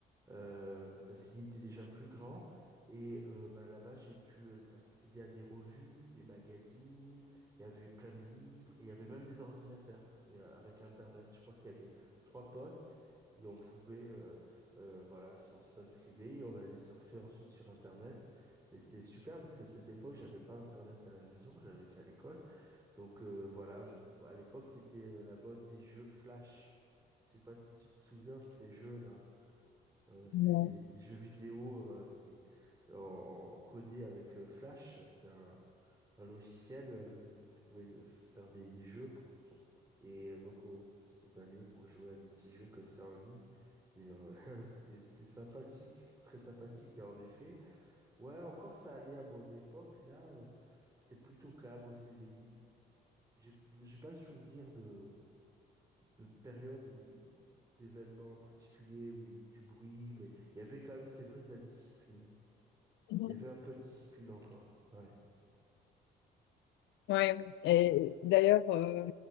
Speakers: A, on the right; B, on the left.
A: euh, parce qu'il était déjà plus grand. Et euh, bah, là-bas, j'ai pu euh, accéder à des revues, des magazines, il y avait plein de livres, et il y avait même des ordinateurs et, euh, avec Internet. Je crois qu'il y avait trois postes, et on pouvait, euh, euh, voilà, on s'inscrivait, et on allait surfer ensuite sur Internet. Et c'était super parce qu'à cette époque, j'avais pas Internet à la maison, j'avais qu'à l'école. Donc euh, voilà, j'en trouve- à l'époque, c'était euh, la mode des jeux Flash. Je sais pas si tu te souviens de ces jeux-là. Euh, c'était
B: Non.
A: des, des jeux vidéo euh, voilà, qui en, en- codés avec euh, Flash. C'était un, un logiciel euh, et qui pouvait euh, faire des, des jeux. quoi. Et euh, donc on, on allait pour jouer à des petits jeux comme ça en ligne. Et euh, <laughs> c'était c'était sympathique, c'est très sympathique. Et en effet, ouais, encore ça allait à mon époque. Là, euh, c'était plutôt calme au C D I J'ai j'ai pas le souvenir de de périodes où, où- d'événements particuliers où il y a eu du bruit, mais il y avait quand même, c'est vrai, de la discipline.
B: <laughs> Mhm.
A: Il y avait un peu de discipline encore. Ouais.
B: Ouais. Et d'ailleurs, euh,